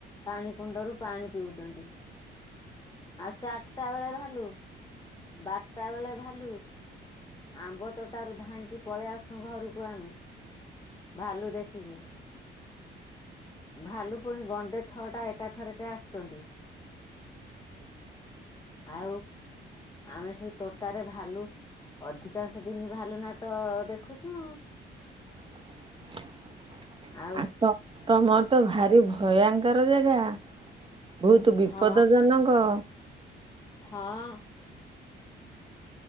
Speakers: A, on the left; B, on the right.
A: ପାଣି କୁଣ୍ଡରୁ ପାଣି ପିଉଛନ୍ତି ଆଉ ଚାରିଟା ବେଳେ ଭାଲୁ ବାରଟା ବେଳେ ଭାଲୁ ଆମ୍ବ ତୋଟାରୁ ଧାଇଁକି ପଳେଇ ଆସୁଛୁ ଘରକୁ ଆମେ ଭାଲୁ ଦେଖିକି ଭାଲୁ ପୁଣି ଗଣ୍ଡେ ଛଅ ଟା ଏକାଥରକେ ଆସୁଛନ୍ତି ଆଉ ଆମେ ସେଇ ତୋଟାରେ ଭାଲୁ ଅଧିକାଂଶ ଦିନ ଭାଲୁ ନାଟ ଦେଖୁଛୁ।
B: <unintelligible>
A: ଆଉ ଆଉ
B: ତମର ତ ଭାରି ଭୟଙ୍କର ଜାଗା। ବହୁତ ବିପଦ
A: ହଁ
B: ଜନକ
A: ହଁ